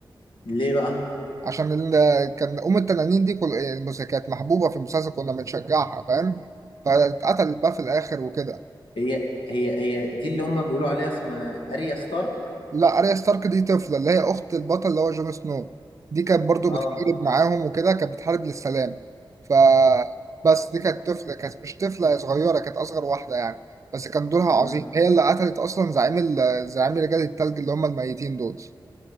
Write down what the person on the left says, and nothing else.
ليه بقى
هي هي هي دي اللي هم بيقولوا عليها اسمها اريا ستارك
اه
مم.